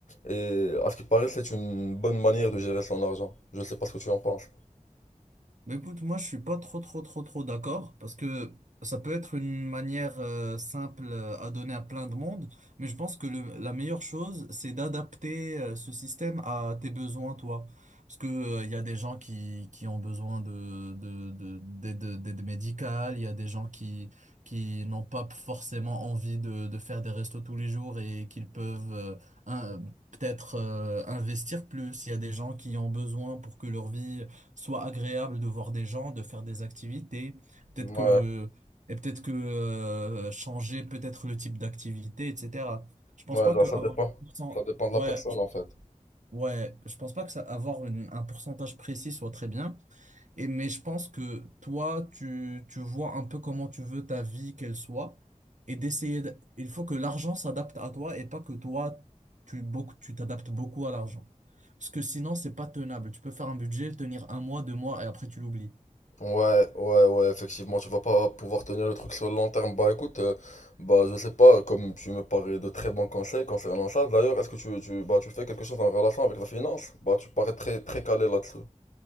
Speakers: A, on the left; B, on the right.
A: et à ce qui paraît c'est une bonne manière de gérer son argent. Je sais pas ce que tu en penses.
B: Bah écoute, moi je suis pas trop trop trop trop d'accord parce que ça peut être une manière euh, simple euh, à donner à plein de monde, mais je pense que le- la meilleure chose c'est d'adapter euh, ce système à tes besoins toi. Parce que euh, il y a des gens qui, qui ont besoin de, de, de, d'aide, d'aide médicale, il y a des gens qui, qui n'ont pas forcément envie de, de faire des restos tous les jours et qu'ils peuvent euh, un- peut-être euh, investir plus. Il y a des gens qui ont besoin pour que leur vie soit agréable de voir des gens, de faire des activités, peut-être
A: Ouais,
B: que et peut-être que euh, changer peut-être le type d'activité, etc. Je pense
A: ouais
B: pas
A: genre
B: que
A: ça
B: avoir
A: dépend.
B: un pourcent-
A: Ça dépend de
B: ouais,
A: la personne
B: je-
A: en fait.
B: ouais, je pense pas que ça avoir une- un pourcentage précis soit très bien. Et, mais je pense que toi, tu, tu vois un peu comment tu veux ta vie qu'elle soit et d'essayer de- il faut que l'argent s'adapte à toi et pas que toi, tu, beaucoup, tu t'adaptes beaucoup à l'argent. Parce que sinon, c'est pas tenable. Tu peux faire un budget, le tenir un mois, deux mois et après tu l'oublies.
A: Ouais, ouais, ouais, effectivement, tu vas pas pouvoir tenir le truc sur le long terme. Bah écoute, euh, bah je sais pas, comme tu me parais de très bons conseils concernant ça, d'ailleurs, est-ce que tu, tu, bah, tu fais quelque chose en relation avec la finance? Bah tu parais très, très calé là-dessus.